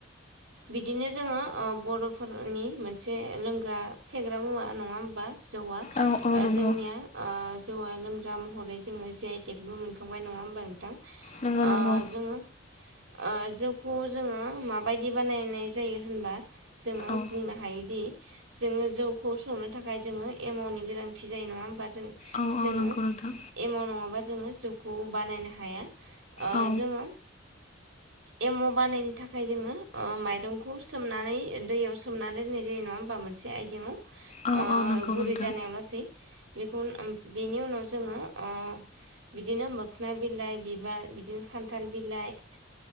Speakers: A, on the right; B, on the left.
A: बिदिनो जोङो अ बर'फोरनि मोनसे लोंग्रा फेग्रा मुवा नङा होमबा जौआ
B: औ औ नंगौ
A: जोंनिया जौवआ लोंग्रा महरै जोङो जे आइ टेबबो मोनखांबाय नङा होमबा नोंथां अ
B: नंगौ नंगौ
A: जोङो आं जौखौ जोङो माबायदि बानायनाय जायो होनबा जोङो
B: औ
A: बुंनो हायोदि जोङो जौखौ संनो थाखाय जोङो एमाउनि गोनांथि जों
B: औ औ नंगौ नोंथां
A: एमाव जो जौखौ बानायनो हाया ओ
B: औ
A: जोङो एम' बानायनो थाखाय जोङो माइरंखौ सोमनानै दैयाव सोमनानै दोननाय जायो नङा होमबा मोनसे ओ
B: औ औ नंगौ
A: गुरै
B: नोंथां
A: जानायावल'सै बेखौ बेनि उनाव जोङो ओ बिदिनो मोखोन बिलाइ बिबार बिदिनो खान्थाल बिलाइ